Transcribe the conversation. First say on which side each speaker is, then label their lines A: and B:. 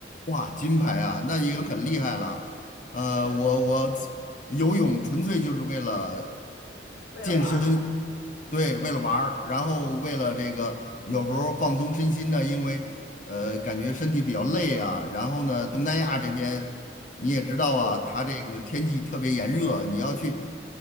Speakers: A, on the left (about 45°); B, on the left (about 80°).
A: 哇，金牌啊，那已经很厉害了。
B: 嗯，
A: 呃，
B: 就
A: 我我游泳纯粹就是为了
B: 为了玩儿。
A: 健身，对，为了玩儿，然后为了这个有时候放松身心呢，
B: 嗯
A: 因为呃感觉身体比较累啊。然后呢，
B: 嗯，
A: 东南亚这边你也知道啊，
B: 热。
A: 它这个天气特别炎热，你要去
B: 嗯，